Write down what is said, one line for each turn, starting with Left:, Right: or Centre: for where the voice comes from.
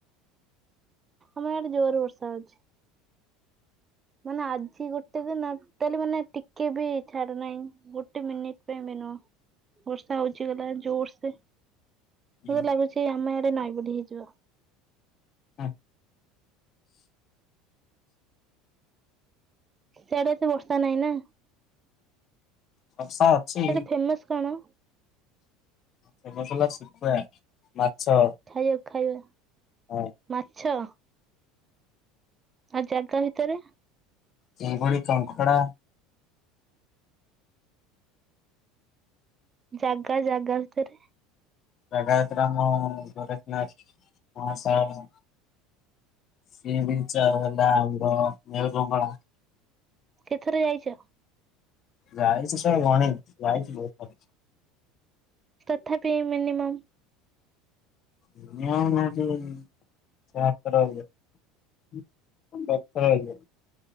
Right: ଆମ ଆଡେ ଜୋର ବର୍ଷା ହଉଛି। ମାନେ ଆଜି ଗୋଟେ ଦିନ ତାହେଲେ ମାନେ ଟିକେ ବି ଛାଡୁନାହିଁ। ଗୋଟେ ମିନିଟ ପାଇଁ ବି ନୁହ ବର୍ଷା ହଉଚିଗଲା ଜୋରସେ।
Left: ହୁଁ
Right: ମ ଲାଗୁଛି ଆମେ ଆଡେ ନାଇଁ ହେଇଯିବ।
Left: ହୁଁ।
Right: ସେଇଆଡେ ଏତେ ବର୍ଷା ନାହିଁ ନା।
Left: ବର୍ଷା ଅଛି।
Right: ସେଆଡେ ଫେମସ୍ କଣ
Left: କୁଲା କୁଲା ଶୁଖୁଆ ମାଛ।
Right: ଖାଇବା ଖାଇବା
Left: ହଁ
Right: ମାଛ ଆଉ ଚାରି ଟା ଭିତରେ।
Left: ଚିଙ୍ଗୁଡ଼ି କଙ୍କଡା।
Right: ଜାଗା ଜାଗା ଭିତରେ
Left: ଜାଗା ଭିତରେ ଆମ ଗୋରଖନାଥ ମହାଶୟ। <unintelligible> ଚଉ ହେଲା ଆମର ଦିଅବଙ୍ଗଳା
Right: କେତେଥର ଯାଇଚ।
Left: ଗାାଇଛି ସ ଗଣି ଗାାଇଛି ବହୁତ <unintelligible>
Right: ତଥାପି ମିନିମମ୍।
Left: ସୋତ <unintelligible> ବଥ ହେଇଯାଏ।